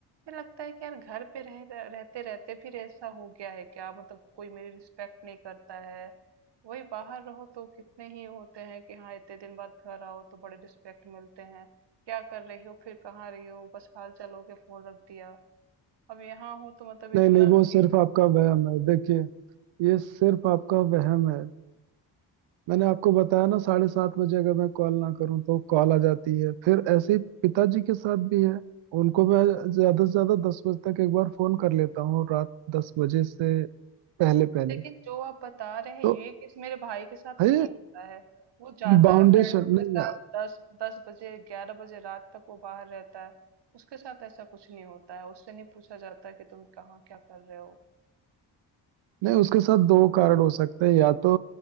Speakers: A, on the right; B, on the right.
A: मुझे लगता है कि यार घर पे रह रह- रहते रहते फिर ऐसा हो गया है क्या मतलब कोई मेरी रिस्पेक्ट नहीं करता है वही बाहर रहो तो कितने ही होते हैं कि हाँ इतने दिन बाद घर आओ तो बड़े रिस्पेक्ट मिलते हैं क्या कर रही हो फिर कहाँ रही हो बस हाल चाल हो के फोन रख दिया अब यहाँ हूँ तो मतलब इतना
B: नहीं नहीं वो
A: कि
B: सिर्फ आपका वहम है देखिए ये सिर्फ आपका वहम है मैंने आपको बताया ना साढ़े सात बजे अगर मैं कॉल ना करूं तो कॉल आ जाती है फिर ऐसे ही पिताजी के साथ भी है उनको मैं ज्यादा से ज्यादा दस बजे तक एक बार फोन कर लेता हूँ रात दस बजे से पहले पहले
A: लेकिन जो आप बता रहे हैं
B: तो
A: ये किस मेरे भाई के साथ
B: है
A: तो नहीं होता है वो जाता
B: बाउंडेशन
A: है फ्रेंडों
B: नहीं
A: के साथ
B: यार
A: दस दस बजे ग्यारह बजे रात तक वो बाहर रहता है उसके साथ ऐसा कुछ नहीं होता है उससे नहीं पूछा जाता कि तुम कहाँ क्या कर रहे हो
B: नहीं उसके साथ दो कारण हो सकते हैं या तो